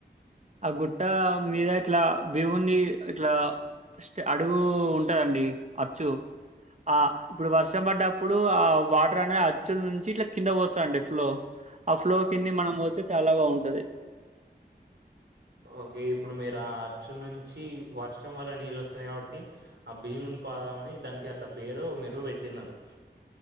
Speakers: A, on the right (about 40°); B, on the right (about 80°).
A: ఆ గుట్ట మీద ఇట్లా బివుంది ఇట్లా అడుగు ఉంటదండి అచ్చు ఆ ఇప్పుడు వర్షం పడ్డప్పుడు ఆ వాటర్ అనేది అచ్చుల నుంచి ఇట్లా కింద పోతుందిండి ఫ్లో ఆ ఫ్లో కింది మనం పోతే చాలా బాగుంటది
B: ఓకే ఇప్పుడు మీరు ఆ అర్చు నుంచి వర్షం వల్ల నీళ్లు వస్తున్నాయి కాబట్టి కి ఆ భీముని పాదామని దానికి అట్ల పేరు మీరు పెట్టినారు